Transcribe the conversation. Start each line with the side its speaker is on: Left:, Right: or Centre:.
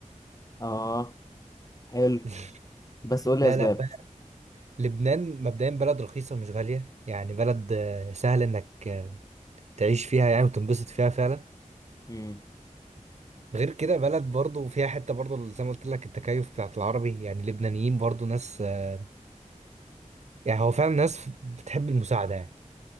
Left: اه حلو
Right: <laughs>
Left: بس قول لي
Right: لا
Left: اسباب
Right: لا ب- لبنان مبدئيا بلد رخيصه مش غاليه يعني بلد آه، سهل انك آه، تعيش فيها يعني وتنبسط فيها فعلا
Left: امم
Right: غير كده بلد برضه فيها حته برضه زي ما قلت لك التكيف بتاعت العربي يعني اللبنانيين برضه ناس آه، يعني هو فعلا ناس بتحب المساعده يعني